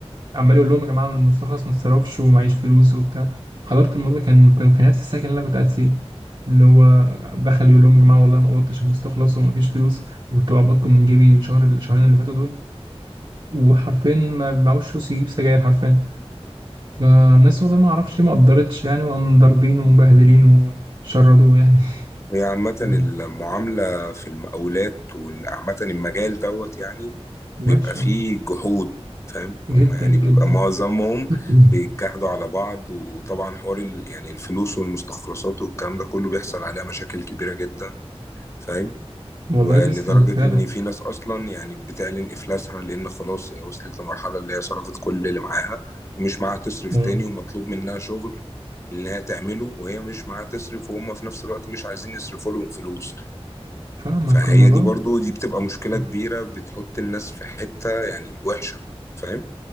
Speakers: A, on the right; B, on the left.
A: عمال يقول لهم يا جماعه المستخلص ما اتصرفش ومعيش فلوس وبتاع حضرت الموضوع كان كان في نفس السكن اللي انا كنت قاعد فيه اللي هو دخل يقول لهم يا جماعه والله ما قبضتش المستخلص ومفيش فلوس وكنت بقبضكم من جيبي الشهر الشهرين اللي فاتوا دول وحرفيا ما معهوش فلوس يجيب سجاير حرفيا فالناس والله ما اعرفش ليه ما قدرتش يعني وقام ضاربينه ومبهدلينه وشردوه يعني <laughs>
B: هي عامة
A: ف
B: المعاملة في المقاولات وعامة المجال دوت يعني
A: وحشه
B: بيبقى فيه جحود فاهم
A: جدا
B: هم يعني بيبقى
A: جدا
B: معظمهم
A: <clears throat>
B: بيتجاهدوا على بعض وطبعا حوار ال- يعني الفلوس والمستخلصات والكلام ده كله بيحصل عليها مشاكل كبيرة جدا فاهم
A: <laughs> والله
B: ولدرجة
A: تسلم فعلا
B: إن في ناس أصلا يعني بتعلن إفلاسها لأن خلاص هي وصلت لمرحلة اللي هي صرفت كل اللي معاها ومش معاها تصرف
A: مم.
B: تاني ومطلوب منها شغل اللي هي تعمله وهي مش معاها تصرف وهم في نفس الوقت مش عايزين يصرفوا لهم فلوس
A: فاهمك
B: فهي
A: الموضوع
B: دي برضو دي بتبقى مشكلة
A: سيء
B: كبيرة بتحط الناس في حتة يعني وحشة فاهم